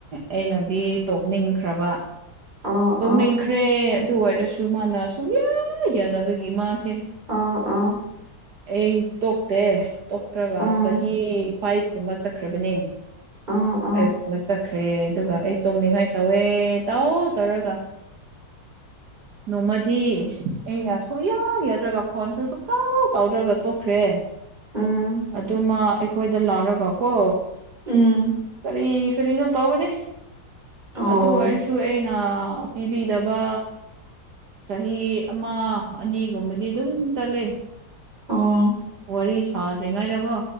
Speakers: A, on the right (about 65°); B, on the right (about 25°).
A: ꯑꯩꯅꯗꯤ ꯇꯣꯛꯅꯤꯡꯈ꯭ꯔꯕ
B: ꯑꯣ
A: ꯇꯣꯛꯅꯤꯡꯈ꯭ꯔꯦ
B: ꯑꯣ
A: ꯑꯗꯨ ꯑꯣꯏꯔꯁꯨ ꯗꯨ ꯃꯥꯅ ꯁꯨꯡꯌꯥ ꯌꯥꯗꯕꯒꯤ ꯃꯥꯁꯦ
B: ꯑꯣ ꯑꯣ
A: ꯑꯩ ꯇꯣꯛꯇꯦ ꯈ꯭ꯔꯒ
B: ꯎꯝ
A: ꯆꯍꯤ ꯐꯥꯏꯚ ꯀꯨꯝꯕ ꯆꯠꯈ꯭ꯔꯕꯅꯦ
B: ꯑꯣ ꯑꯣ
A: ꯐꯥꯏꯚ ꯀꯨꯝꯕ ꯆꯠꯈ꯭ꯔꯦ ꯑꯗꯨꯒ ꯑꯩ ꯇꯣꯡꯅꯤꯡꯉꯥꯏ ꯇꯧꯋꯦ ꯇꯧ ꯇꯧꯔꯒ ꯅꯣꯡꯃꯗꯤ ꯑꯩꯅ ꯁꯨꯛꯌꯥ ꯌꯥꯗ꯭ꯔꯒ ꯐꯣꯟꯁꯨ ꯁꯨꯛꯇꯧ ꯇꯧꯗ꯭ꯔꯒ ꯇꯣꯛꯈ꯭ꯔꯦ
B: ꯎꯝ
A: ꯑꯗꯨꯃ ꯑꯩꯈꯣꯏꯗ ꯂꯥꯛꯔꯒ ꯀꯣ
B: ꯎꯝ
A: ꯀꯔꯤ ꯀꯔꯤꯅꯣ ꯇꯧꯒꯅꯤ
B: ꯑꯣ
A: ꯑꯗꯨ ꯑꯣꯏꯔꯁꯨ ꯑꯩꯅ ꯄꯤꯕꯤꯗꯕ ꯆꯍꯤ ꯑꯃ ꯑꯅꯤꯒꯨꯝꯕꯗꯤ ꯑꯗꯨꯝ ꯆꯠꯂꯦ
B: ꯑꯣ
A: ꯋꯥꯔꯤ ꯁꯥꯗ꯭ꯔꯤꯉꯥꯏꯗꯀꫭ